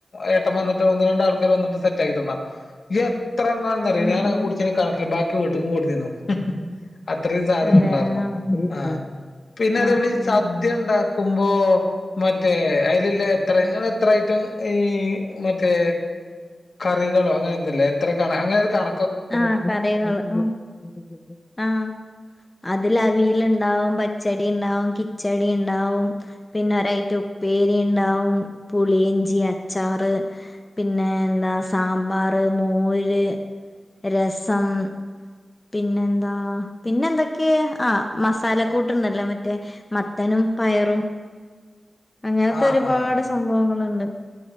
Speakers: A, on the left; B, on the left.
A: ഏട്ടം വന്നിട്ട് ഒന്ന് രണ്ട് ആൾക്കാര് വന്നിട്ട് സെറ്റ് ആക്കി തന്ന എ ഇത്രറങ്ങാന്ന്റിയ
B: ഉം
A: ഞാനൊക്കെ
B: ഉം
A: കുടിച്ചിന് കണക്കില്ല്യ ബാക്കി വീട്ടുക്കും കൊട്ന്നീനു. അത്രയും സാധന
B: അതെ
A: ഉണ്ടാർന്നു
B: ആ
A: ആഹ്. പിന്നെ
B: ആ
A: അതേപോലെ ഈ സദ്യ
B: ആ
A: ഉണ്ടാക്കുമ്പോ. മറ്റേ അയിലില്ലെ എത്ര ങ്ങളെത്ര ഐറ്റം ഈ മറ്റേ കറികളോ അങ്ങനെന്തോല്ലെ എത്ര കണ അങ്ങനൊരു കണ
B: ആ കടേന്ന്ള്ള ആ ആ അതിലവിൽ ണ്ടാവും പച്ചടി ഇണ്ടാവും, കിച്ചടി ഇണ്ടാവും, പിന്നെ ഒരൈറ്റ ഉപ്പേരി ണ്ടാവും. പുളിയിഞ്ചി, അച്ചാറ്, ഹ് പിന്നെ എന്താ സാമ്പാർ, മോര്. രസം. പിന്നെന്താ പിന്നെന്തൊക്കെ ആ മസാല കൂട്ടുണ്ടല്ലോ മറ്റേ മത്തനും. പയറും.
A: <inaudible>
B: അങ്ങനത്തെ ഒരുപാട്
A: ആ
B: സംഭവങ്ങളുണ്ട്